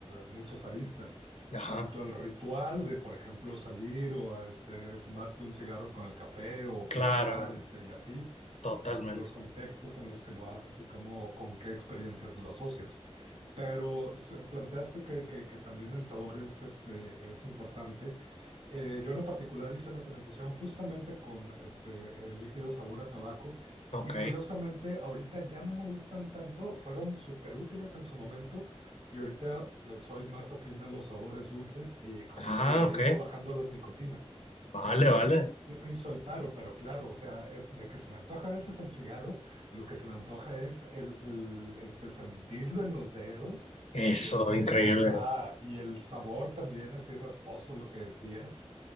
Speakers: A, on the right; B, on the left.
A: muchos aristas.
B: Ajá,
A: Tanto el ritual de, por ejemplo, salir o a, este, fumarte un cigarro con el café o
B: claro,
A: pistear, este, y así,
B: totalmente.
A: este, los contextos en los que lo haces y cómo, con qué experiencias lo asocias. Pero se- planteaste que, que- que también el sabor es, este, es importante. Eh, yo en lo particular hice la transición justamente con este, el líquido sabor a tabaco
B: Ok.
A: y curiosamente ahorita ya no me gustan tanto, fueron súper útiles en su momento y ahorita eh, soy más afín a los sabores dulces y como
B: Ah,
A: te digo, le
B: ok.
A: he ido bajando la nicotina.
B: Vale,
A: Entonces,
B: vale.
A: sí me hizo el paro, pero claro, o sea, es de que se me antoja a veces el cigarro. Lo que se me antoja es el, el, este, sentirlo en los dedos
B: Eso,
A: y este,
B: increíble.
A: ajá, y el sabor también así rasposo, lo que decías.